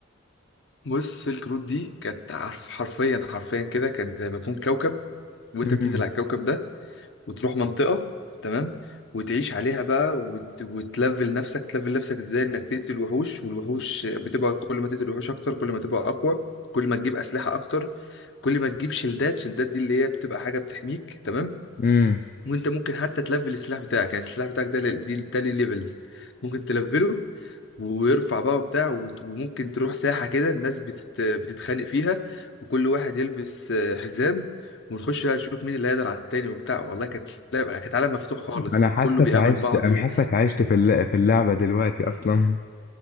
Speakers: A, on the left; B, on the left.
A: بص سيلك رود دي كانت عارف حرفيا حرفيا كده كانت زي ما يكون كوكب وانت
B: امم
A: بتنزل على الكوكب ده وتروح منطقة تمام وتعيش عليها بقى وت... وتلفل نفسك تلفل نفسك ازاي انك تقتل وحوش والوحوش بتبقى كل ما تقتل وحوش اكتر كل ما تبقى اقوى كل ما تجيب اسلحة اكتر كل ما تجيب شلدات شلدات دي اللي هي بتبقى حاجة بتحميك تمام
B: امم
A: وانت ممكن حتى تلفل السلاح بتاعك يعني السلاح بتاعك ده لل- دي- ده ليه ليفلز ممكن تلفله ويرفع بقى وبتاع وت- وممكن تروح ساحة كده الناس بتت... بتتخانق فيها وكل واحد يلبس آه، حزام ونخش بقى نشوف مين اللي هيقدر على التاني وبتاع والله كانت لعبة كانت عالم مفتوح خالص
B: انا حاسك
A: وكله بيقابل
B: عشت
A: بعضه
B: انا حاسك عشت في الل- في اللعبة دلوقتي اصلا